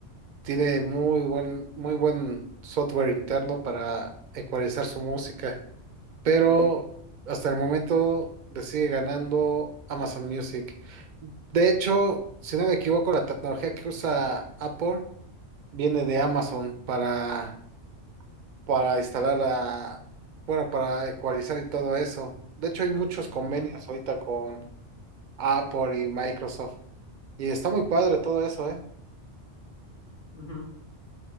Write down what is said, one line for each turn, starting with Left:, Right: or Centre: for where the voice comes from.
Right: Tiene muy buen, muy buen software interno para ecualizar su música, pero
Left: sí.
Right: hasta el momento le sigue ganando Amazon Music. De hecho, si no me equivoco, la tecnología que usa Apple viene de Amazon para, para instalar la, bueno, para ecualizar y todo eso. De hecho, hay muchos convenios
Left: Ujú,
Right: ahorita con Apple y Microsoft. Y está muy padre todo eso, ¿eh?
Left: ujú.